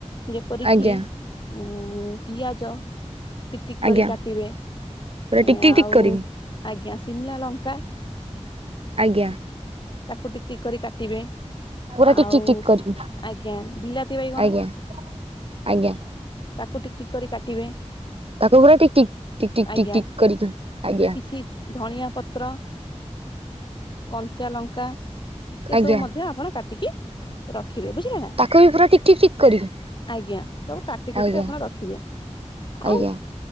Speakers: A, on the left (about 40°); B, on the right (about 55°).
A: ଯେପରିକି
B: ଆଜ୍ଞା
A: ଉ ପିଆଜ ିକ ଟିକ
B: ଆଜ୍ଞା
A: କରି କାଟିବେ
B: ପୁରା ଟିକ
A: ଆଉ
B: ଟିକ ଟିକ କରିକି
A: ଆଜ୍ଞା ସିମଲା ଲଙ୍କା
B: ଆଜ୍ଞା।
A: ତାକୁ ଟିକେ ଟିକ କରି କାଟିବେ
B: ପୁରା
A: ଆଉ
B: ଟିକ ଟିକ ଟିକ କରିକି
A: ଆଜ୍ଞା ବିଲାତି ବାଇଗଣ।
B: ଆଜ୍ଞା ଆଜ୍ଞା।
A: ତାକୁ ଠିକ ଠିକ କରି କାଟିବେ
B: ତାକୁ ପୁରା ଟିକି -ଟିକି -ଟିକି -ଟିକି-ଟିକି
A: ଆଜ୍ଞା
B: -ଟିକି କରିକି ଆଜ୍ଞା
A: କିଛି ଧଣିଆ ପତ୍ର କଞ୍ଚା ଲଙ୍କା ଏସବୁ
B: ଆଜ୍ଞା
A: ମଧ୍ୟ ଆପଣ କାଟିକି ରଖ ରଖିବେ ବୁଝିଲେନାଁ
B: ତାକୁ ବି ପୁରା ଟିକ ଟିକ ଟିକ କରିକି
A: ଆଜ୍ଞା ସବୁ କା ଟିକେ
B: ଆଜ୍ଞା
A: ଆପଣ ରଖିବେ
B: ଆଜ୍ଞା
A: ଆଉ